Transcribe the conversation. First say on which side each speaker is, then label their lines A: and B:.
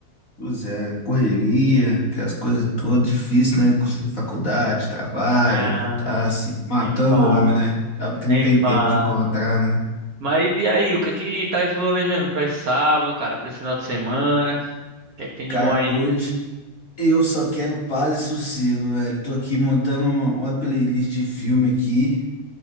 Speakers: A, on the left; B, on the right.
A: pois é, correria, aquelas coisas todas, difícil, né? Com Faculdade, trabalho,
B: Ah,
A: tá assim, matando
B: nem fala,
A: o homem, né? Acaba que
B: nem
A: não tem tempo
B: fala.
A: de encontrar, né?
B: Mas e aí, o que é que tá planejando pra esse sábado, cara? Pra esse final de semana? O que é que tem
A: Cara,
B: de bom aí?
A: hoje eu só quero paz e sossego, velho. Tô aqui montando uma playlist de filme aqui.